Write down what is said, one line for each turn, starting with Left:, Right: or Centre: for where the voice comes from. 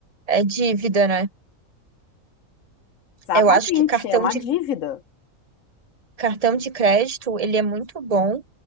Right: É dívida, né?
Left: Exatamente,
Right: Eu acho que cartão
Left: é uma
Right: de
Left: dívida.
Right: cartão de crédito, ele é muito bom,